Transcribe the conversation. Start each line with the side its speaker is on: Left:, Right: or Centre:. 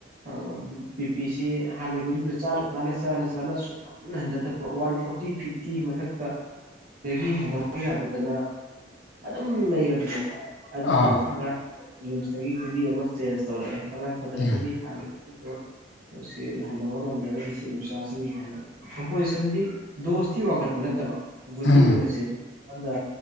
Right: <unintelligible> <inaudible> ꯕꯤ ꯄꯤꯁꯤ ꯍꯥꯟꯅꯒꯤꯒꯨꯂꯤꯗꯨ ꯆ ꯆ ꯆꯅ ꯁꯨꯡꯍꯟ ꯍꯟꯊꯕ ꯋꯥꯟ ꯐ ꯐꯣꯔꯇꯤ ꯐꯤꯐꯇꯤ ꯃꯊꯛꯇ ꯁꯤꯗꯒꯤ ꯍꯟꯊꯧꯕ ꯌꯥꯗꯗꯅ ꯑꯗꯨꯝ ꯂꯩꯔꯕꯅꯦꯕ ꯑꯗꯨꯕꯨ
Left: ꯑꯥ
Right: ꯉꯥꯡ ꯔꯤꯝꯁꯇꯒꯤ ꯨꯕꯤ ꯑꯃ ꯆꯦꯟꯖ ꯇꯧꯔꯛꯑꯦ ꯇꯉꯥꯏ ꯐꯗ꯭ꯔꯒꯗꯤ
Left: ꯑꯥ
Right: ꯍꯥꯟꯅ ꯀ꯭ꯔ ꯁꯤ ꯍꯟꯊꯕ ꯉꯝꯗ꯭ꯔꯒꯗꯤ ꯁꯤ ꯑꯃꯛ ꯆꯥꯁꯤꯅꯤ ꯍꯥꯏꯅ ꯀꯝꯄꯣꯖꯤꯁꯟꯗꯤ ꯗꯣꯁꯇꯤ ꯋꯥꯡꯈꯠꯄ ꯅꯠꯇꯕ ꯒꯨꯂꯤ
Left: ꯎꯝ ꯎꯝ
Right: ꯑꯣꯏꯅꯁꯦꯥꯟꯗ